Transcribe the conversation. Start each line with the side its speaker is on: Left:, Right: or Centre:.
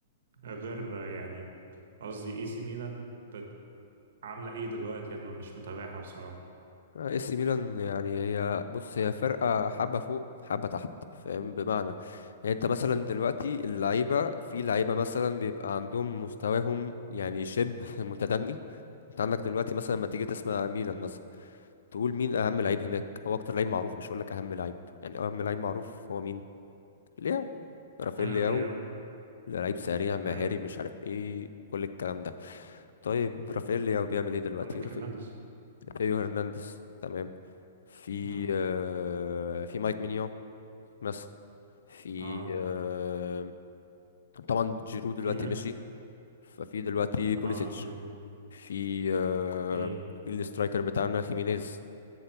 Right: غير آه، يعني قصدي اي سي ميلان بت- عامله ايه دلوقتي انا مش متابعها بصراحه
Left: آه، اي سي ميلان يعني هي بص هي فرقة حبة فوق حبة تحت فاهم بمعنى يعني انت مثلا دلوقتي اللعيبة في لعيبة مثلا بيبقى عندهم مستواهم يعني شبه <laughs> متدني انت عندك دلوقتي مثلا لما تيجي تسمع ميلان مثلا تقول مين اهم لعيب هناك او اكتر لعيب معروف مش هقولك اهم لعيب يعني اهم لعيب معروف هو مين لياو رافائيل
Right: آه
Left: لياو
Right: دياو
Left: لعيب سريع مهاري
Right: أي
Left: مش عارف ايه كل الكلام ده طيب رافائيل لياو بيعمل ايه دلوقتي
Right: عندك
Left: رافائيل-
Right: هرنانديز
Left: رافائيل هرنانديز تمام في
Right: مم.
Left: آه، في مايك مينيو مثلا في
Right: اه
Left: آه، طبعا جيرو دلوقتي
Right: فينا
Left: مشي ففي دلوقتي بوليسيتش
Right: اه جيرو
Left: في آه،
Right: مم.
Left: في الاسترايكر بتاعنا خيمينيز